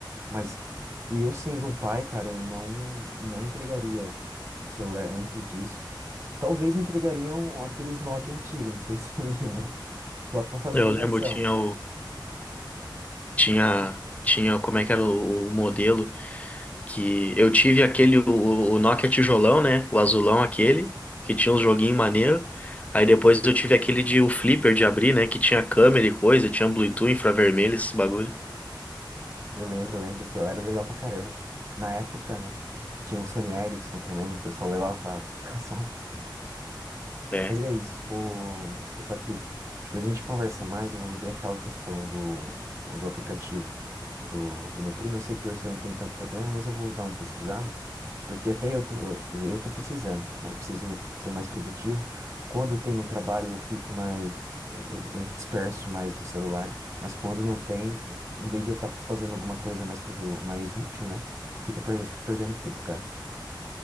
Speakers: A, on the right (about 35°); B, on the left (about 15°).
A: Mas, e eu sendo um pai, cara, eu não, não entregaria um celular antes disso. Talvez entregariam aqueles Nokia antigos, não sei <laughs> se você lembra. Só pra fazer
B: eu
A: ligação.
B: lembro, tinha o, tinha, tinha, como é que era o, o modelo? que eu tive aquele, o, o Nokia tijolão, né? O azulão aquele, que tinha um joguinho maneiro. Aí depois eu tive aquele de o flipper de abrir, né? Que tinha câmera e coisa, tinha Bluetooth, infravermelho, esses bagulho.
A: Eu lembro, eu lembro que ela era legal pra caramba. Na época, né? Tinha o Sony Ericsson também, que o pessoal levava pra <laughs> educação.
B: É,
A: Mas é isso, o, o Patrick. Depois a gente conversa mais, eu vou ver aquela questão do, do aplicativo do, do meu primo. Eu sei que hoje você não tem tanto problema, mas eu vou dar uma pesquisada. Porque até eu tô, quer dizer, eu tô precisando, né? Eu preciso ser mais produtivo. Quando tem o trabalho, eu fico mais, eh, eu, eu disperso mais do celular, mas quando não tem, em vez de eu estar fazendo alguma coisa mais produ- mais útil, né? Fica per- eu fico perdendo tempo, cara.